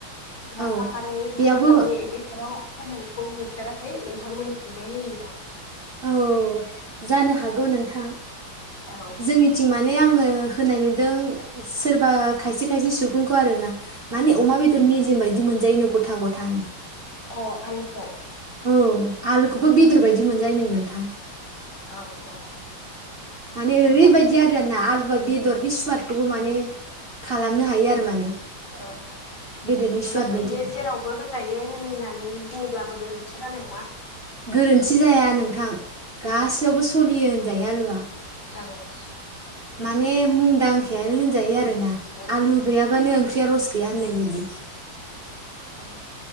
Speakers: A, on the left; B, on the right.
A: लाफा
B: औ
A: खारै
B: बेयावबो
A: फाथो खारै इदिफोराव होनायखौ नुफेराखै नोंथांमोननिथिंजाय होयोदां।
B: औ जानो हागौ नोंथां
A: औ
B: जोंनिथिं माने आङो होनाय नुदों । दों सोरबा खायसे खायसे सुबुंखौ आरोना। माने
A: औ
B: अमा बेदर मेजेम बायदि बिदि मोनजायो गथा गथानो।
A: अ आलुखौ?
B: औ आलुखौबो बेदर बायदि मोनजायोनो थां
A: औ औ औ।
B: माने
A: मोजांना
B: ओरैबायदि आरोना आलु बेदरनि
A: आलुआ
B: सुवादखौबो माने खालामनो हायो आरो माने।
A: औ बिदिब्लाथ'
B: बेदरनि सुवाद बायदि
A: बियो जेरावबो होजायो होननानै नै बुङोब्लाबो गोरोन्थि जानाय नङा।
B: गोरोन्थि जाया नोंथां गासियावबो
A: औ
B: सलियो। जाया आलुआ।
A: औ
B: माने मुंदां गानो होनजायो आरो ना
A: औ
B: आलु गैआ बानो बेेर' रज गैया होननाय बायदि
A: औ औ